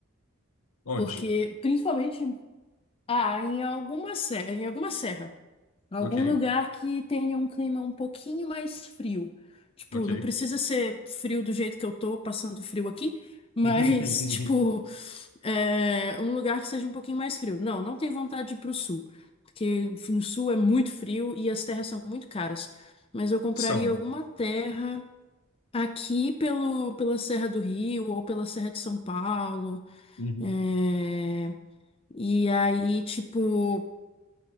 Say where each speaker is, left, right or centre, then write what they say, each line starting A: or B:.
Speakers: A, on the left; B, on the left.
A: Onde?
B: porque principalmente ah, em alguma serra, em alguma serra. Algum
A: Ok.
B: lugar que tenha um clima um pouquinho mais frio. Tipo,
A: Ok.
B: não precisa ser frio do jeito que eu tô passando frio aqui, mas,
A: <laughs>
B: <laughs> tipo, é, um lugar que seja um pouquinho mais frio. Não, não tenho vontade de ir pro sul, porque no sul é muito frio e as terras são muito caras. Mas eu compraria
A: São.
B: alguma terra aqui pelo, pela Serra do Rio ou pela Serra de São Paulo.
A: Uhum.
B: é, E aí, tipo.